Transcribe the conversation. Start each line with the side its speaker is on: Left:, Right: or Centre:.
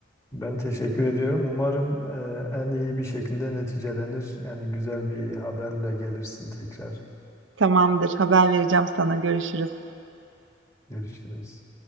Left: Ben teşekkür ediyorum. Umarım e, en iyi bir şekilde neticelenir. Yani güzel bir haberle gelirsin tekrar.
Right: Tamamdır, haber vereceğim sana. Görüşürüz.
Left: Görüşürüz.